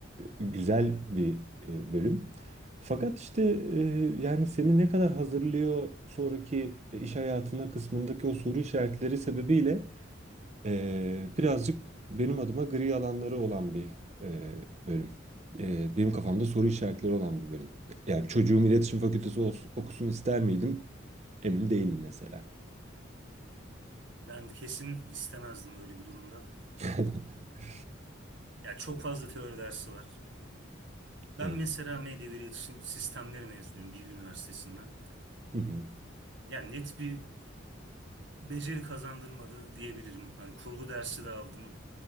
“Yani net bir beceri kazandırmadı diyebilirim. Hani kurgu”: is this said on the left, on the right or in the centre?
Right